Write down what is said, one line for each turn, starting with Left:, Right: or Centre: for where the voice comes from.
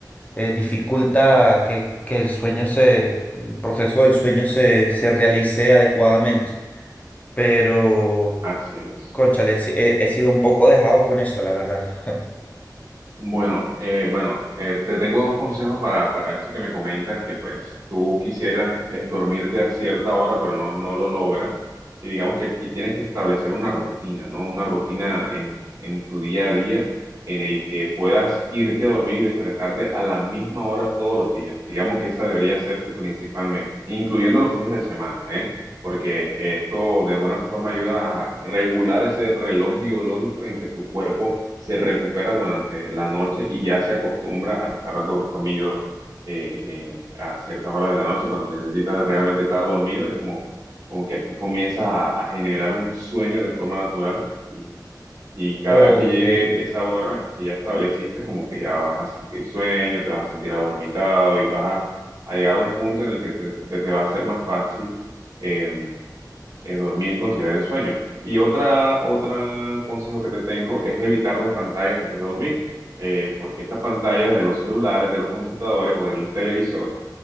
Left: eh, dificulta que, que el sueño se, el proceso del sueño se, se realice adecuadamente. Pero,
Right: Así es.
Left: cónchale, he, si- he- he sido un poco dejado con eso, la verdad. <laughs>
Right: Bueno, eh, bueno, eh, te tengo dos consejos para, para esto que me comentas, que pues tú quisieras eh, dormirte a cierta hora, pero no, no lo logras. Y digamos que aquí tienes que establecer una rutina, ¿no? Una rutina en, en tu día a día en el que puedas irte a dormir y despertarte a la misma hora todos los días. Digamos que esa debería ser tu principal meta, incluyendo los fines de semana, ¿eh? Porque esto de alguna forma ayuda a regular ese reloj biológico en que tu cuerpo se recupera durante la noche y ya se acostumbra a estar dormido eh, eh, a ciertas horas de la noche, cuando necesita realmente estar dormido, es como, como que aquí comienza a, a generar un sueño de forma natural y, y cada
Left: Ok.
Right: vez que llegue esa hora que ya estableciste, como que ya vas a sentir sueño, te vas a sentir adormitado y vas a, a llegar a un punto en el que te- se te va a hacer más fácil eh, eh, dormir, conciliar el sueño. Y otra, otro consejo que te tengo es evitar las pantallas antes de dormir, eh, porque estas pantallas de los celulares, de los computadores o del televisor,